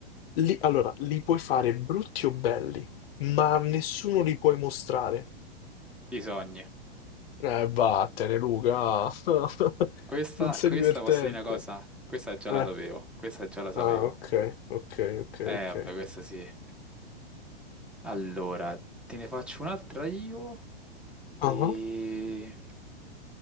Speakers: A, on the left; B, in the centre.
A: Li- allora, li puoi fare brutti o belli, ma a nessuno li puoi mostrare.
B: I sogni.
A: Eh, vattene, Luca. <laughs>
B: Questa,
A: Non sei
B: questa
A: divertente.
B: posso dire una cosa? Questa già
A: Eh,
B: la sapevo, questa già la sapevo.
A: ah, ok, ok, ok,
B: Eh,
A: ok.
B: vabbè, questa sì. Allora, te ne faccio un'altra io e
A: Ah, ah,